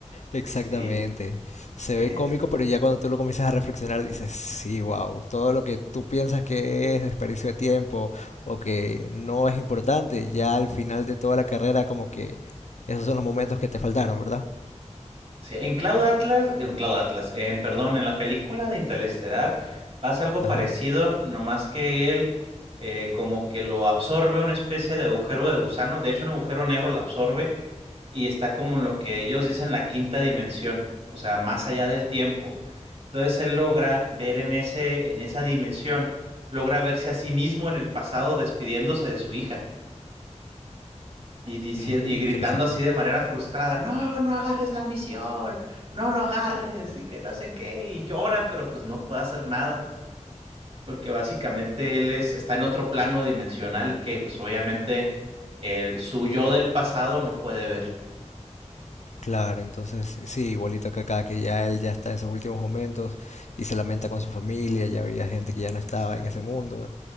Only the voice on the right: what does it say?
Sí,
eso.
Sí, en Cloud Atlas, digo, en Cloud Atlas, en, perdón, en la película de Interestelar pasa algo
parecido, nomás que él eh, como que lo absorbe una especie de agujero de gusano, de hecho un agujero negro lo absorbe y está como en lo que ellos dicen la quinta dimensión, o sea, más allá del tiempo. Entonces él logra ver en ese, en esa dimensión, logra verse a sí mismo en el pasado despidiéndose de su hija. Y diciendo,
y gritando
así de manera frustrada, no, no agarres la misión, no lo agarres, y que no sé qué, y llora, pero pues no puede hacer nada, porque básicamente él es, está en otro plano dimensional que pues obviamente el, su yo del pasado no puede ver.
Sí.